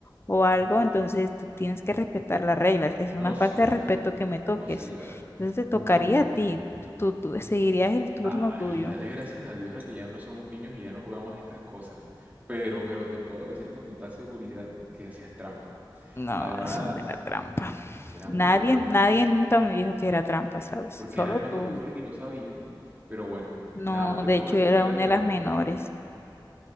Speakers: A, on the left; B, on the right.
A: o algo, entonces tú tienes que respetar las reglas. Es
B: No,
A: una falta
B: señora,
A: de respeto que me toques.
B: no, señora.
A: Entonces te tocaría
B: No,
A: a ti, tú, tú seguirías el turno
B: Ay,
A: tuyo.
B: dale gracias a Dios a que ya no somos niños y ya no jugamos estas cosas. Pero, pero te puedo decir con total seguridad que hacías trampa.
A: No,
B: Además,
A: eso no era trampa.
B: era
A: Nadie,
B: mucha trampa,
A: nadie nunca me dijo que era trampa, ¿sabes?
B: porque
A: Solo
B: eras la mayor
A: tú.
B: y no sabían. Pero bueno,
A: No,
B: nada más te
A: de
B: puedo
A: hecho
B: decir
A: era
B: que era
A: una
B: divertido.
A: de las menores.